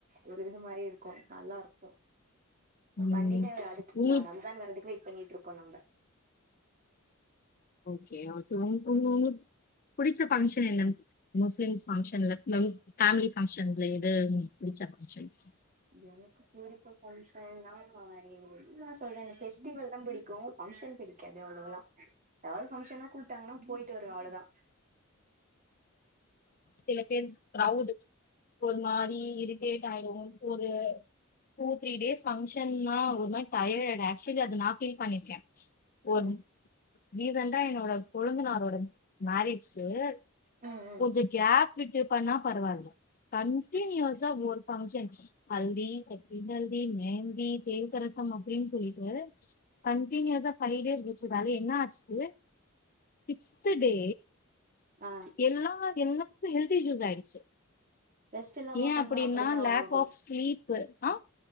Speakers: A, on the right; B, on the left.
A: ஒரு இது மாதிரி இருக்கு நல்லா இருக்கு
B: ம்
A: ஒரு பண்டிக அதுக்கு
B: உங்களுக்கு
A: நா ரம்ஜான் வர்றதுக்கு வெயிட் பண்ணிட்டு இருப்போ நம்ம
B: ஓகே ஓகே உ உ உங்களுக்கு புடிச்ச ஃபங்ஷன் என்ன முஸ் லிம்ஸ் ஃபங்ஷன்ஸ்ல ப்ளம் பேமிலி ஃபங்ஷன்ஸ்ல எது உம் புடிச்ச ஃபங்ஷன்ஸ்ல
A: எனக்கு புடிச்ச ஃபங்ஷன்னா இதா சொல்றேன்ல ஃபெஸ்டிவல் தா பிடிக்கு ஃபங்ஷன் பிடிக்காது அவ்ளோவா எதாவது ஃபங்ஷன்னா கூப்டாங்கன்னா போயிட்டு வருவே அவ்ளோதா
B: சில பேர் ரௌடு போதுமா ப்படி இரிட்டேட் ஆயிடு ஒரு டூ த்ரீ டேஸ் ஃபங்ஷன்னா ஒரு மாரி டயர்டு ஆக்சுவலி அது நா ஃபீல் பண்ணிருக்கே ஒரு
A: ம்
B: ரீசன்டா என்னோட கொழுந்தனாரோட மேரேஜ் சேரி
A: ம் ம்
B: கொஞ்சோ கேப் விட்டு பண்ணா பரவால்ல கன்டினியூஸா ஒரு ஃபங்ஷன் ஹல்தி செட்டினல் தி மெஹந்தி தேல்க்கரசம் அப்டினு சொல்லிட்டு கன்டினியூஸா ஃபைவ் டேஸ் வெச்சதால என்ன ஆச்சு சிக்ஸ்த்து டே
A: ஆ
B: எல்லா எல்லாருக்கு ஹெல்த் இஷ்யூஸ் ஆயிடுச்சு
A: ரெஸ்ட் இல்லாம
B: ஏ
A: பண்ணா
B: அப்டின்னா
A: அப்டிதா
B: லேக்
A: ஆகோ
B: ஆஃப் ஸ்லீப்பு ஆ